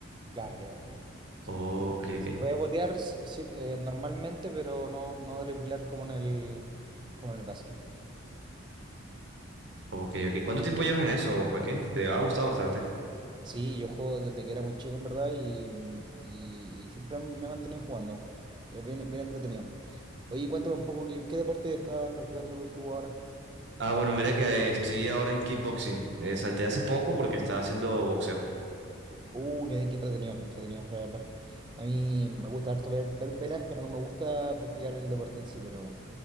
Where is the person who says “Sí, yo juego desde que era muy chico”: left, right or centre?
Right